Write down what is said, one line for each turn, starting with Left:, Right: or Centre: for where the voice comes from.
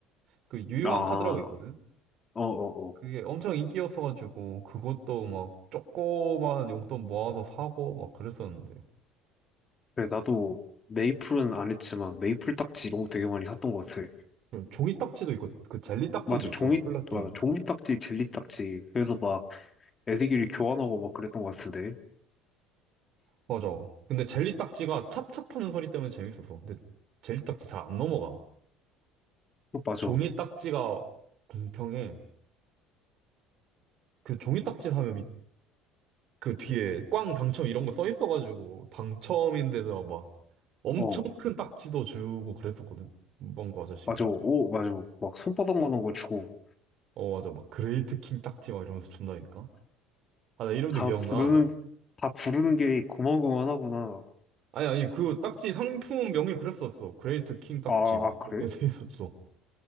Right: 그 유희왕
Left: 아,
Right: 카드라고 있거든
Left: 어어어.
Right: 그게 엄청 인기였어가지고 그것도 막 조그만 용돈 모아서 사고 막 그랬었는데
Left: 그래, 나도 메이플은 안 했지만, 메이플 딱지 이런 거 되게 많이 샀던 것 같아.
Right: 그 종이 딱지도 있고 그 젤리 딱지도
Left: 맞아.
Right: 있잖아
Left: 종이,
Right: 플라스틱
Left: 맞아. 종이 딱지, 젤리 딱지. 그래서 막 애들끼리 교환하고 막 그랬던 것 같은데.
Right: 맞아 근데 젤리 딱지가 찹찹하는 소리 때문에 재밌었어 근데 젤리 딱지 잘 안 넘어가
Left: 어, 맞아.
Right: 종이 딱지가 공평해 그 종이 딱지 사면 밑- 그 뒤에 꽝 당첨 이런 거 써 있어가지고 당첨인데도 막 엄청
Left: 어,
Right: 큰 딱지도 주고 그랬었거든. 문방구 아저씨가.
Left: 맞아. 오, 맞아. 막 손바닥만한 거 주고.
Right: 어, 맞아. 막 그레이트 킹 딱지 막 이러면서 준다니까. 아, 나 이름도
Left: 다
Right: 기억나.
Left: 부르는, 다 부르는 게 고만고만하구나.
Right: 아니, 아니, 그 딱지 상품 명이 그랬었어. 그레이트 킹 딱지.
Left: 아, 아,
Right: 뭐
Left: 그래?
Right: 그렇게 <laughs> 돼 있었어.